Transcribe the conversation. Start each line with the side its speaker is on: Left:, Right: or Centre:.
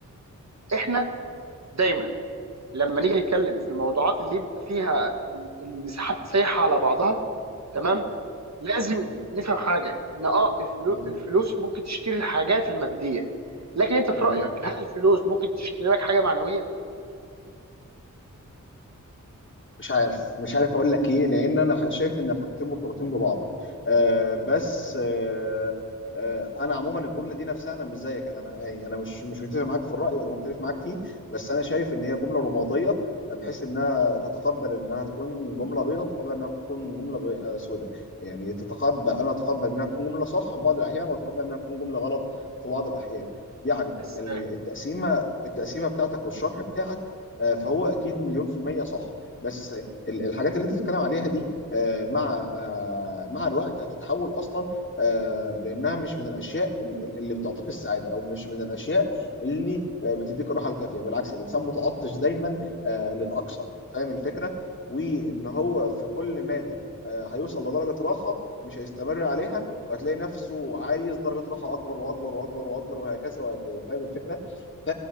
Right: احنا دايما لما نيجي نتكلم في الموضوعات اللي يبقى فيها المساحات سايحه على بعضها تمام لازم
Left: مم.
Right: نفهم حاجه ان اه الفلو
Left: مم.
Right: الفلوس ممكن تشتري الحاجات الماديه لكن انت في
Left: مم.
Right: رايك هل الفلوس ممكن تشتري لك حاجه معنويه
Left: مش عارف مش عارف اقول لك ايه لان انا ح- شايف ان الحاجتين مرتبطين ببعض آه بس آه آه انا عموما الجمله دي نفسها انا مش زيك انا انا يعني انا مش مش متفق معاك في الراي ولا مختلف معاك فيه بس انا شايف ان هي جمله رماديه بحيث انها تتقبل انها تكون جمله بيضاء تتقبل انها تكون جمله بي- آه، سوداء يعني تتقبل انا اتقبل انها تكون جمله صح في بعض الاحيان واتقبل انها تكون جمله غلط في بعض الاحيان يعني
Right: ازاي
Left: ال- التقسيمه التقسيمه بتاعتك والشرح بتاعك آه، فهو اكيد مليون في المية صح بس ال- الحاجات اللي انت بتتكلم عليها دي آه، مع آه، مع الوقت هتتحول اصلا آه، لانها مش من الاشياء ال- ال- اللي بتعطيك السعاده او مش من الاشياء اللي آه، بتديك الراحه الكافيه بالعكس الانسان متعطش دايما آه، للاكثر فاهم الفكره وان هو في كل مادة آه، هيوصل لدرجه راحه مش هيستمر عليها وهتلاقي نفسه عايز درجه راحه اكبر واكبر واكبر واكبر وهكذا وهكذا فاهم الفكره ف